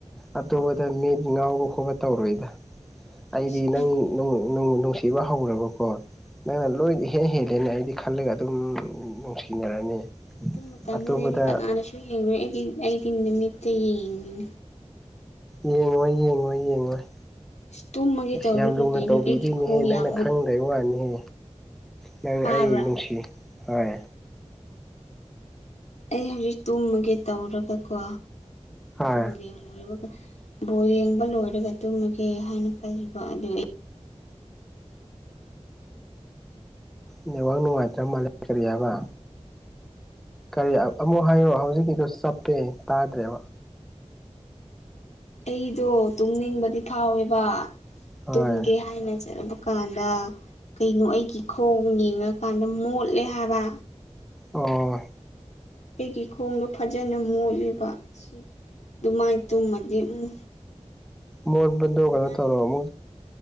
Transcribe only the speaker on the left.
ꯏꯁ ꯈꯪꯉꯤ
ꯑꯗꯨ ꯃꯇꯝꯗꯗꯤ
ꯑꯩꯗꯤ ꯀꯅꯥꯗꯁꯨ ꯌꯦꯡꯂꯣꯏ ꯑꯩꯒꯤ ꯑꯩꯗꯤ ꯅꯨꯃꯤꯠꯇꯥ ꯌꯦꯡꯅꯤ
ꯑꯁ ꯇꯨꯝꯃꯒꯦ
ꯇꯧꯔꯒ
ꯀꯩꯅꯣ
ꯑꯩꯒꯤ ꯈꯣꯡ
ꯌꯥꯝ ꯃꯨꯠ
ꯇꯥꯕ꯭ꯔꯥ
ꯑꯩ ꯍꯧꯖꯤꯛ ꯇꯨꯝꯃꯒꯦ ꯇꯧꯔꯒꯀꯣ
ꯕꯣꯜ ꯌꯦꯡꯔꯨꯔꯤꯕ꯫ ꯕꯣꯜ ꯌꯦꯡꯕ ꯂꯣꯏꯔꯒ ꯇꯨꯝꯃꯒꯦ ꯍꯥꯏꯅ ꯈꯜꯂꯤꯕ ꯑꯗꯨ ꯑꯩ
ꯑꯩꯗꯣ ꯇꯨꯝꯅꯤꯡꯕꯗꯤ ꯐꯥꯎꯋꯦꯕꯥ,
ꯇꯨꯝꯒꯦ ꯍꯥꯏꯅ ꯆꯠ <unintelligible> ꯀꯥꯟꯗ ꯀꯩꯅꯣ ꯑꯩꯒꯤ ꯈꯣꯡ ꯌꯦꯡꯉꯀꯥꯟꯗ ꯃꯣꯠꯂꯦ ꯍꯥꯏꯕ꯫
ꯑꯩꯒꯤ ꯈꯣꯡꯗꯣ ꯐꯖꯅ ꯃꯣꯠꯂꯤꯕ꯫ ꯁꯤ ꯗꯨꯃꯥꯏ ꯇꯨꯝꯃꯗꯤ ꯎꯝ
ꯅꯨꯡꯉꯥꯏꯔꯅꯤ